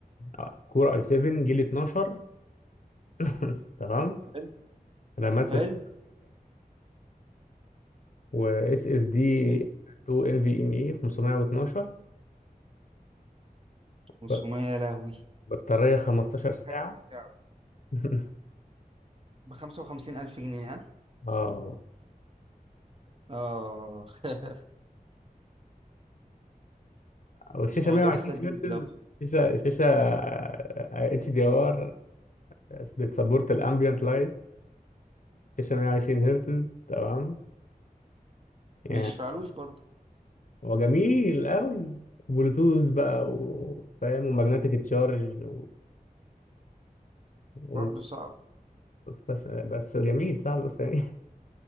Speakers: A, on the left (about 55°); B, on the right (about 40°).
A: آه، كور اي 7 جيل 12 <laughs> تمام
B: حلو
A: رامات 6
B: حلو
A: و اس اس دي
B: حلو.
A: 2 ال في ام اي 512
B: 500
A: بط-
B: يا لهوي
A: بطارية 15
B: مش متخيل
A: ساعة
B: سعره
A: <laughs>
B: ب 55000 جنيه ها
A: اه
B: اه <laughs>
A: والشاشة
B: هو
A: 120
B: جهاز لذيذ
A: هرتز
B: لو
A: شاشة شاشة اتش دي ار بتسبورت الامبيانت لايت شاشة 120 هرتز تمام يعني
B: مش فعلوش برضه
A: وجميل قوي بلوتوث بقى وفاهم ومagnetic تشارج و... و...
B: برضه صعب
A: بس بس جميل صعب بس يعني